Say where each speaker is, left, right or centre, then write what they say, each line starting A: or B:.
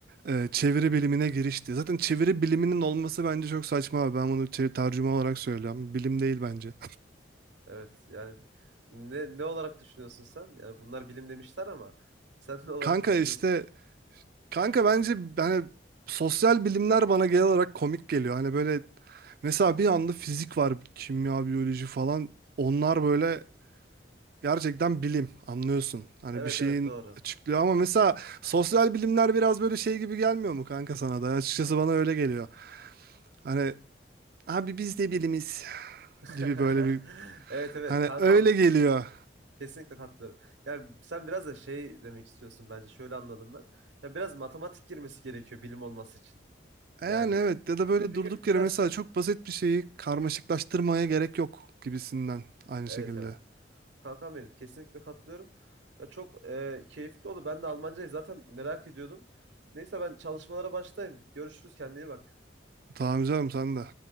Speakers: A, on the right; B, on the right.
A: e, çeviri bilimine girişti. Zaten çeviri biliminin olması bence çok saçma abi. Ben bunu çev- tercüme olarak söylüyorum. Bilim değil bence.
B: Evet yani ne ne olarak düşünüyorsun sen? Yani bunlar bilim demişler ama <laughs> sen ne olarak
A: Kanka
B: düşünüyorsun?
A: işte kanka bence hani sosyal bilimler bana genel olarak komik geliyor. Hani böyle mesela bir anda fizik var, kimya, biyoloji falan. Onlar böyle gerçekten bilim anlıyorsun. Hani
B: Evet
A: bir şeyin
B: evet doğru.
A: açıklıyor ama mesela sosyal bilimler biraz böyle şey gibi gelmiyor mu kanka sana da? Açıkçası bana öyle geliyor. Hani abi biz de bilimiz
B: <laughs>
A: gibi böyle bir
B: Evet evet
A: hani
B: kankam
A: öyle geliyor.
B: kesinlikle katılıyorum. Ya sen biraz da şey demek istiyorsun bence şöyle anladım ben. Ya biraz matematik girmesi gerekiyor bilim olması için. Yani
A: E Yani evet ya da böyle
B: çünkü
A: durduk yere
B: biraz
A: mesela çok basit bir şeyi karmaşıklaştırmaya gerek yok gibisinden aynı
B: evet
A: şekilde.
B: evet kankam benim kesinlikle katılıyorum. Ya çok e, keyifli oldu. Ben de Almancayı zaten merak ediyordum. Neyse ben çalışmalara başlayayım. Görüşürüz kendine iyi bak.
A: Tamam canım sen de.